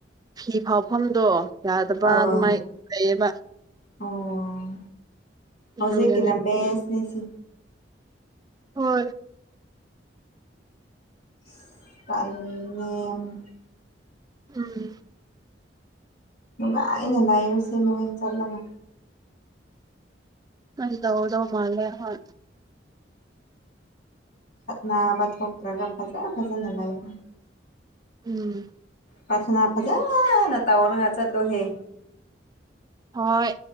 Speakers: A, on the right; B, on the left.
A: ꯐꯤ ꯐꯥꯎꯐꯝꯗꯣ ꯌꯥꯗꯕ꯭ꯔ
B: ꯑꯥ
A: ꯑꯗꯨꯃꯥꯏꯅ ꯂꯩꯌꯦꯕ
B: ꯑꯣ ꯍꯧꯖꯤꯦ
A: ꯑꯗꯨꯒꯤꯅꯤ
B: ꯀꯅꯥ ꯦꯁꯅꯦꯁꯤ
A: ꯍ
B: <unintelligible>
A: ꯎꯝ
B: ꯅꯨꯡꯉꯥꯏꯅ ꯂꯩꯔꯨꯁꯦ ꯅꯣꯏ ꯆꯠꯂꯒꯥ
A: ꯑꯗꯧꯗꯧ ꯃꯥꯂꯦ ꯍꯣꯏ
B: ꯈꯠꯅꯥ ꯊꯣꯛꯇ꯭ꯔꯥꯒ ꯐꯖꯥ ꯐꯖꯥꯅꯥ ꯂꯩꯥꯏꯗ
A: ꯎꯝ
B: ꯄ꯭ꯔꯊꯅꯥ ꯐꯖꯅ ꯇꯧꯔꯒ ꯆꯠꯂꯨꯍꯦ
A: ꯍꯣꯏ